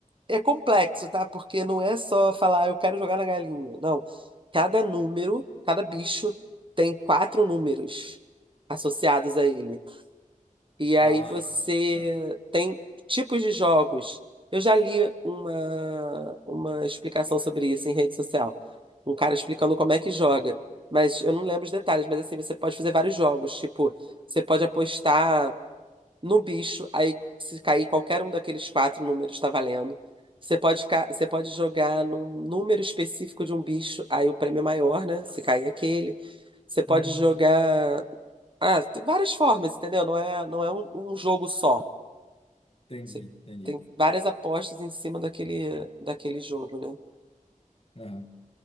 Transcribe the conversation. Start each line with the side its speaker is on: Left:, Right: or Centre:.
Right: É complexo, tá? Porque não é só falar, "Ah, eu quero jogar na galinha. Não. Cada número, cada bicho tem quatro números associados a ele. E aí
Left: Ah,
Right: você
Left: tá.
Right: tem tipos de jogos. Eu já li uma, uma explicação sobre isso em rede social. Um cara explicando como é que joga. Mas eu não lembro os detalhes, mas assim, você pode fazer vários jogos. Tipo, você pode apostar no bicho, aí se cair qualquer um daqueles quatro números está valendo. Você pode, ca- você pode jogar num número específico de um bicho, aí o prêmio é maior, né? Se cair aquele. Você pode
Left: Hum,
Right: jogar. Ah, tem várias formas, entendeu? Não é, não é um, um jogo só.
Left: entendi,
Right: Você
Left: entendi.
Right: tem várias apostas em cima daquele, daquele jogo, né?
Left: Aham.